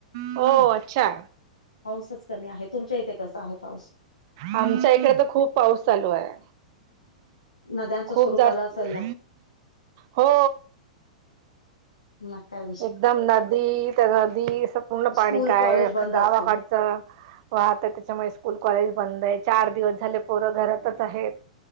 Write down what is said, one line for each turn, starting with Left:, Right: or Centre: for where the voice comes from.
Right: हो अच्छा
Left: पाऊसच कमी आहे तुमच्या इथे कसा आहे पाऊस
Right: आमच्या इकडे तर खूप पाऊस चालू आहे
Left: नद्यांचं
Right: खूप
Left: स्वरूप
Right: जास्त
Left: आलं असेल ना
Right: हो
Left: मका
Right: एकदम नदी तर नदी अस पूर्ण
Left: स्कूल
Right: पाणी काय
Left: कॉलेज बंद
Right: गावाकडचं.
Left: असतील
Right: व आता त्याच्यामुळे स्कूल कॉलेज बंद आहे चार दिवस झाले पोरं घरातच आहेत